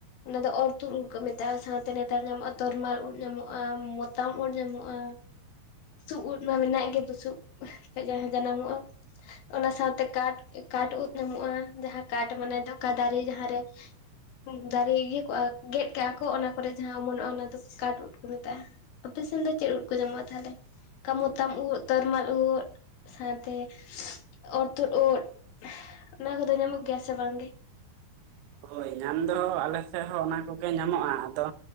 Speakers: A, on the left; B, on the right.
A: ᱚᱱᱟ ᱫᱚ ᱚᱨ ᱛᱩᱫ ᱠᱚ ᱢᱮᱛᱟᱜᱼᱟ ᱥᱟᱶᱛᱮ ᱱᱮᱛᱟᱨ ᱧᱟᱢᱚᱜᱼᱟ ᱛᱚᱨᱢᱟᱞ ᱩᱫ ᱧᱟᱢᱚᱜᱼᱟ ᱢᱚᱛᱟᱢ ᱩᱫ ᱧᱟᱢᱚᱜᱼᱟ ᱾ ᱵᱩᱥᱩᱵ ᱩᱫ ᱢᱟ ᱢᱮᱱᱟᱜ ᱜᱮ ᱵᱩᱥᱩᱵ ᱠᱷᱚᱱ ᱡᱟᱦᱟᱸ ᱡᱟᱱᱟᱢᱚᱜᱼᱟ ᱾ ᱚᱱᱟ ᱥᱟᱶᱛᱮ ᱠᱟᱴ ᱠᱟᱴ ᱩᱫ ᱧᱟᱢᱚᱜᱼᱟ ᱡᱟᱦᱟᱸ ᱠᱟᱴᱷ ᱢᱟᱱᱮ ᱫᱫᱚᱠᱟ ᱫᱟᱨᱮ ᱡᱟᱦᱟᱸᱨᱮ ᱾ ᱫᱟᱨᱮ ᱤᱭᱟᱹ ᱠᱚᱜᱼᱟ ᱜᱮᱫ ᱪᱤᱠᱟᱜ ᱟᱠᱚ ᱚᱱᱟ ᱠᱚᱨᱮ ᱡᱟᱦᱟᱸ ᱚᱢᱚᱱᱚᱜᱼᱟ ᱚᱱᱟ ᱫᱚ ᱠᱟᱴ ᱩᱴ ᱠᱚ ᱢᱮᱛᱟᱜᱼᱟ ᱚᱯᱟᱨᱮᱥᱚᱱ ᱫᱚ ᱪᱮᱫ ᱩᱫ ᱠᱚ ᱧᱟᱢᱚᱜᱼᱟ ᱛᱟᱦᱚᱞᱮ ᱾ ᱠᱟ ᱢᱚᱛᱟᱢ ᱩ ᱫᱛᱚᱨᱢᱟᱞ ᱩᱛ ᱥᱟᱶᱛᱮ ᱚᱨ ᱩᱫ ᱫ ᱚᱱᱟ ᱠᱚᱫᱚ ᱧᱟᱢᱚᱜ ᱜᱮᱭᱟ ᱥᱮ ᱵᱟᱝ ᱜᱮ
B: ᱦᱳᱭ ᱧᱟᱢ ᱫᱚ ᱟᱞᱮ ᱥᱮᱫ ᱦᱚᱸ ᱚᱱᱟ ᱠᱚᱜᱮ ᱧᱟᱢᱚᱜ-ᱟ ᱟᱫᱚ